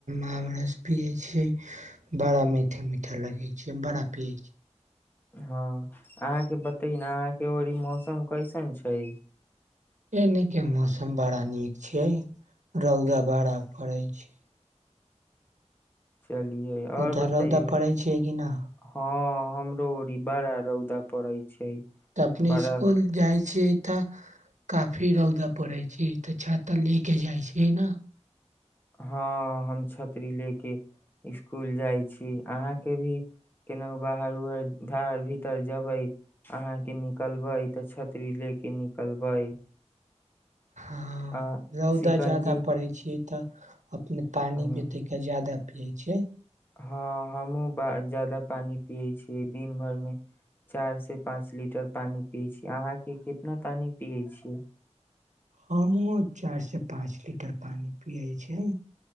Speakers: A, on the right (about 85°); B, on the left (about 15°).
A: हमरसँ पियै छियै बड़ा मीठा मीठा लगै छै बड़ा पियै छी
B: हँ अहाँके बतै न अहाँके ओर ई मौसम कैसन छै
A: एने के मौसम बड़ा नीक छै रौदा बड़ा पड़ै छै
B: चलियै और
A: उधर
B: बतैयै
A: रौदा पड़ै छैियै कि नहि
B: हँ हमरो ओ र बारा रौदा पड़ै छै
A: तऽ अपने
B: बड़ा
A: इसकुल जाइ छियै तऽ काफी रौदा पड़ै छै तऽ छाता ले के जाइ छै ने
B: हँ हम छतरी लऽ कऽ इसकुल जाइ छी अहाँके भी केनाहु बाहर उहर धर भीतर जबै अहाँके निकलबै तऽ छत्ररी लऽ कऽ निकलबै
A: हँ
B: आ
A: रौदा
B: शिकंजी
A: ज्यादा पड़ै छियै तऽ अपने पानि
B: हँ
A: बितैके जादा पियै छै
B: हँ हमहुँ ब जादा पानि पियै छियै दिन भर मे चार से पाँच लीटर पानि पिय छी अहाँ के कितना पानि पियै छियै
A: हमहूँ चारिसँ पाँच लीटर पानि पियैत छै